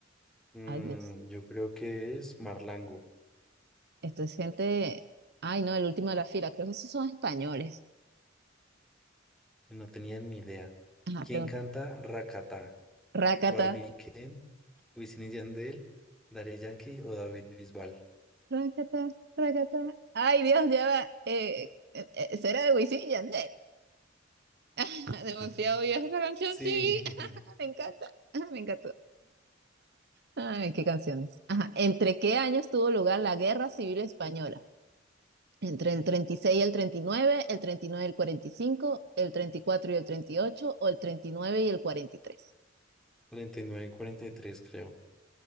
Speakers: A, in the centre; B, on the right.
A: Mm,
B: Ay, Dios.
A: yo creo que es Marlango.
B: Esto es gente. Ay, no, el último de la fila. Creo que esos son españoles.
A: Eh, No tenía ni idea.
B: Ajá,
A: ¿Quién
B: pregunta.
A: canta Rakata?
B: Rácata,
A: ¿Barbie Ken, Wisin y Yandel, Daddy Yankee o David Bisbal?
B: rácata, rácata. Ay, Dios, ya va. Eh, eh, eh, será de Wisin y Yandel. <laughs> Demasiado
A: Ujú.
B: vieja esa canción,
A: Sí,
B: sí.
A: <laughs>
B: <laughs> Me encanta, <laughs> me encantó. Ay, qué canciones. Ajá. ¿Entre qué años tuvo lugar la Guerra Civil Española? ¿Entre el treinta y seis y el 39, el treinta y nueve y el cuarenta y cinco, el treinta y cuatro y el 38 o el treinta y nueve y el cuarenta y tres.
A: treinta y nueve cuarenta y tres creo.